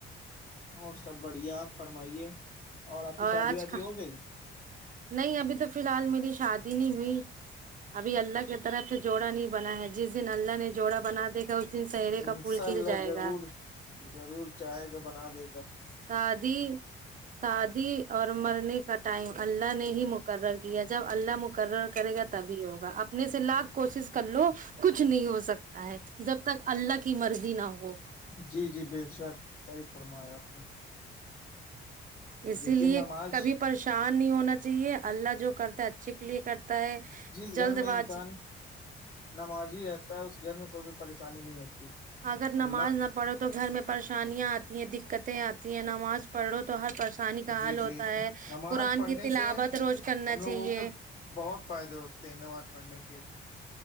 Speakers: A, on the left; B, on the right.
A: اور سب بڑھیاپ فرمائیے اور آپ کی شادی
B: آج
A: وادی
B: کا
A: ہو گئی
B: نہیں ابھی تو فی الحال میری شادی نہیں ہوئی ابھی اللہ کی طرف سے جوڑا نہیں بنا ہے جس دن اللہ نے جوڑا بنا دیکھا اس دن سہرے
A: انشاء
B: کا پھول کھل
A: اللہ
B: جائے
A: ضرور
B: گا
A: ضرور چاہے گا بنا دے گا
B: شادی شادی اور مرنے کا ٹائم نے ہی مقرر کیا ج اللہ مقرر کرے گا تبھی ہوگا اپنے سے لاکھ کوشش کر لو کچھ نہیں ہو سکتا ہے جب تک اللہ کی مرضی نہ ہو
A: جی جی بے شک صحیح فرمایا آپ نے
B: اسی
A: لیکن
B: لیے
A: نماز
B: کبھی پریشان نہیں ہونا چاہیے اللہ جو کرتا ہے اچھے کے لیے کرتا ہے
A: جس
B: جلد
A: گھر میں
B: باز
A: انسان نمازی رہتا ہے اس گھر میں کوئی بھی پریشانی نہیں ہوتی
B: اگر
A: اللہ
B: نماز نہ پڑھو تو گھر میں پریشانیاں آتی ہیں دقتیں آتی ہیں نماز پڑھو تو ہر پریشانی کا
A: جی
B: حل ہوتا
A: جی
B: ہے
A: نماز
B: قرآن
A: پڑھنے
B: کی تلاوت
A: سے
B: روز کرنا
A: ہم لوگوں
B: چاہیے
A: کے بہت فائدے ہوتے ہیں انو پڑھنے کے